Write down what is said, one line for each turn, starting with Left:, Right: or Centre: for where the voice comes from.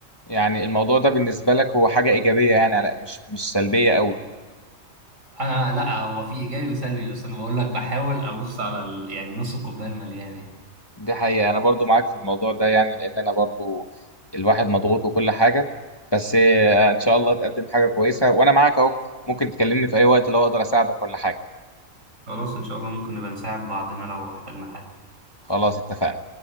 Left: يعني الموضوع ده بالنسبه لك هو حاجه ايجابيه يعني على- مش مش سلبيه قوي
Right: <laughs> انا لا هو في ايجابي وسلبي بس انا بقول لك بحاول ابص على ال... يعني نص الكوبايه المليان يعني
Left: دي حقيقة أنا برضو معاك في الموضوع ده يعني لأن أنا برضو الواحد مضغوط وكل حاجة بس آه، إن شاء الله تقدم حاجة كويسة وأنا معاك أهو ممكن تكلمني في أي وقت لو أقدر أساعدك ولا حاجة
Right: خلاص ان شاء الله ممكن نبقى نساعد بعضنا لو احتاجنا حاجه
Left: خلاص اتفقنا